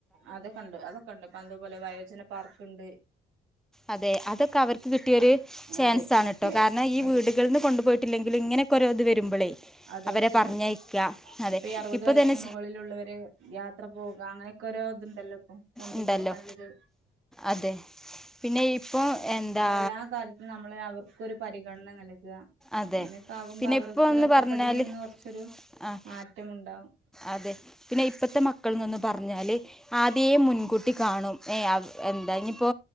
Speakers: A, on the right; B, in the centre.
A: അതൊക്കണ്ട് അതൊക്കണ്ട് പ്പതുപോലെ വയോജന പാർക്ക്ണ്ട്
B: അതെ അതൊക്കെ അവർക്ക് കിട്ടിയൊരു ചാൻസാണ്‌ട്ടോ
A: അതെ
B: കാരണം ഈ
A: അതെ
B: വീടുകൾന്ന് കൊണ്ടുപോയി ട്ടില്ലെങ്കും ഇങ്ങനെ‌ക്കോരോ ഇത് വരുമ്പളേ
A: അതാശരിയാ
B: അവരെ പറഞ്ഞയക്ക അതെ
A: ഇപ്പ ഈ അറുപത്
B: ഇപ്പൊ
A: വയസ്സിന്
B: തന്നെ
A: മുകളിലുള്ളവര് യാത്ര പോകാ അങ്ങനെയൊ‌ക്കോരോ ടൊ ഇത്ണ്ട്ല്ല് പ്പൊ കൊണ്ടു
B: ഉണ്ടല്ലോ
A: പോകാൻള്ളൊരു
B: അതെ പിന്നെ ഇപ്പൊ എന്താ
A: പിന്നെ എല്ലാ കാലത്തും നമ്മള് അവർക്കൊരു പരിഗണന നൽകുക
B: അതെ
A: അങ്ങനെയൊക്കെ ആകുമ്പോ
B: പിന്നെ
A: അവർക്കൊരു
B: ഇപ്പോന്ന്
A: ഒറ്റപ്പെടലിൽ
B: പറഞ്ഞാല്
A: നിന്ന് കുറച്ചൊരു
B: ആ
A: മാറ്റമുണ്ടാവും
B: അതെ പിന്നെ ഇപ്പത്തെ മക്കൾ ന്നൊന്ന് പറഞ്ഞാല് ആദ്യേ മുൻകൂട്ടി കാണും എന്താനിപ്പോ